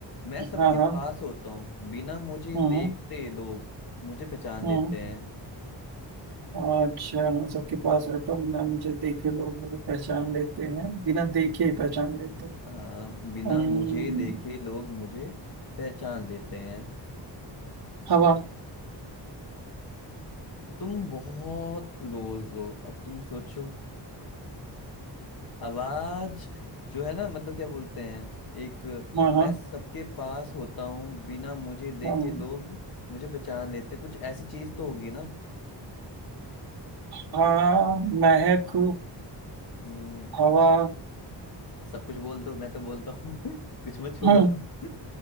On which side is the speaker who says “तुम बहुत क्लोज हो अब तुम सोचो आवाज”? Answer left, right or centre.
Left